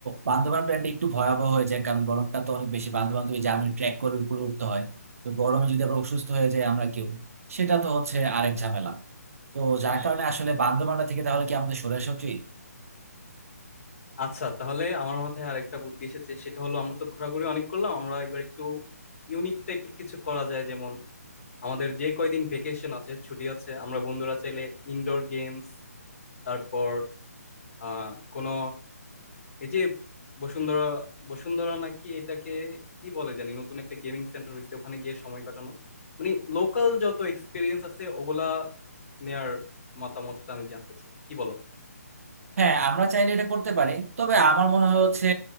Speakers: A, on the right; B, on the left.
A: বান্দরবান প্ল্যানটা একটু ভয়াবহ হয়ে যায় কারণ গরমটা তো অনেক বেশি বান্দরবান তুমি জানো ট্রেক করে উপরে উঠতে হয় তো গরমে যদি আবার অসুস্থ হয়ে যায় আমরা কেউ সেটা তো হচ্ছে আরেক ঝামেলা তো যার কারণে আসলে বান্দরবানটা থেকে তাহলে কি আমাদের সরে আসা উচিত
B: আচ্ছা তাহলে আমার মাথায় আরেকটা বুদ্ধি এসেছে সেটা হলো আমরা তো ঘোরাঘুরি অনেক করলাম আমরা এবার একটু ইউনিক টাইপের কিছু করা যায় যেমন আমাদের যে কয়দিন ভেকেশন আছে ছুটি আছে আমরা বন্ধুরা চাইলে ইনডোর গেমস তারপর আহ কোনো এই যে বসুন্ধরা বসুন্ধরা নাকি এটাকে কি বলে জানি নতুন একটা গেমিং সেন্টার হয়েছে ওখানে গিয়ে সময় কাটানো মানে লোকাল যত এক্সপিরিয়েন্স আছে ওগুলা নেয়ার মতামতটা আমি জানতে চাই কি বলো
A: হ্যাঁ আমরা চাইলে এটা করতে পারি তবে আমার মনে হয় হচ্ছে